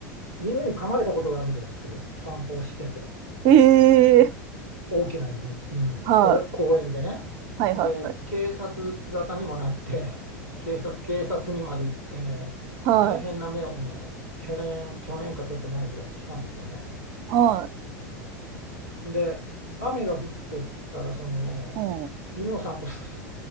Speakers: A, on the left; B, on the right.
A: 犬に噛まれたことがあるんですよ散歩をしてて
B: ん。えー。
A: 大きな犬に犬に公公園でね。
B: はい。はいはい。
A: で警察沙汰にもなって <laughs> 警察、警察にまで行ってね大変な目をね去年去年かちょっと前ぐらいにしたんですよね。
B: はい。はい。はい。
A: で、雨が降ってたら、その、
B: うん。
A: 犬を散歩させ